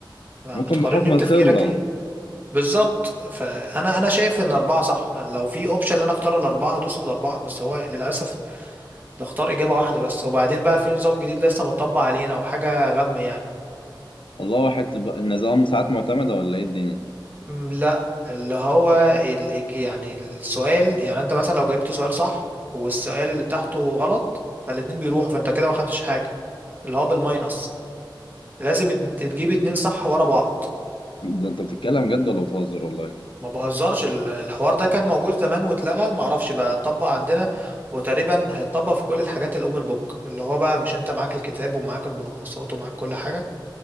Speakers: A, on the right; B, on the left.
A: بتقارني
B: ممكن بحكم
A: بتفكيرك
B: الخبرة
A: ليه؟ بالظبط فانا انا شايف ان اربعه صح لو في اوبشن ان انا اختار الاربعه هدوس الاربعه بس هو للاسف بختار اجابه واحده بس وبعدين بقى في نظام جديد لسه متطبق علينا وحاجه غم يعني
B: والله واحد تب- النظام ساعات معتمدة ولا ايه الدنيا
A: م، لا اللي هو ال- الج- يعني السؤال يعني انت مثلا لو جاوبت سؤال صح والسؤال اللي تحته غلط فالاتنين بيروحوا فانت كده ما خدتش حاجه اللي هو بالماينس لازم ات- تجيب اتنين صح ورا بعض
B: ده انت بتتكلم جد ولا بتهزر والله
A: ما بهزرش ال- الحوار ده كان موجود زمان واتلغى ما اعرفش بقى اتطبق عندنا وتقريبا هيتطبق في كل الحاجات الاوبن بوك اللي هو بقى مش انت معاك الكتاب ومعاك الملخصات ومعاك كل حاجة